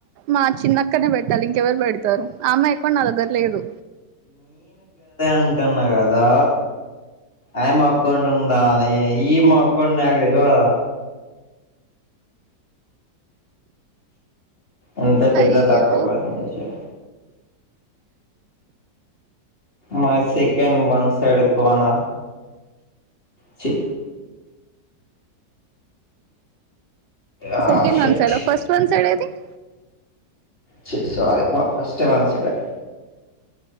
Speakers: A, on the right; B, on the left.
A: మా చిన్నక్కనే పెట్టాలి ఇంకెవరు పెడతరు ఆ అమ్మాయి అకౌంట్ నా దగ్గర లేదు
B: అంటన్నా గదా ఆయ్మా అకౌంట్ ఉందా అని ఈమె అకౌంట్ నాకు తెలవదా ఎంత పెద్ద
A: అయ్యో
B: తప్పు పని చేశా మై సేకండ్ వన్ సైడ్ గానా చి ఆ
A: సెకండ్
B: షట్
A: వన్ సైడా first one side I think
B: చి సారీ వ ఫస్ట్ వన్ సైడే